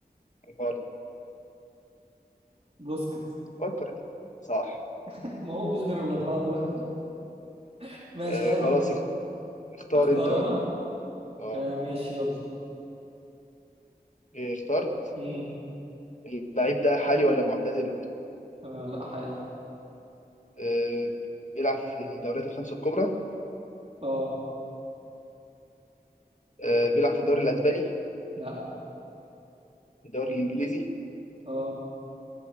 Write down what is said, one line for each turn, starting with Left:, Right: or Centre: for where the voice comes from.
Left: خالص
Right: بوسكيتس
Left: فكر صح
Right: <laughs> ما هو مفيش غير الأربعة دول <laughs> ماشي
Left: آه
Right: حلو
Left: خلاص اخ- اختار
Right: اختار
Left: انت بقى
Right: أنا
Left: اه
Right: آه ماشي يلا
Left: إيه، اخترت
Right: امم
Left: اللعيب ده حالي ولا معتزل
Right: آه لا حالي
Left: آه، بيلعب في الدوريات الخمسة الكبرى
Right: اه
Left: آه، بيلعب في الدوري الأسباني
Right: لا
Left: الدوري الإنجليزي
Right: اه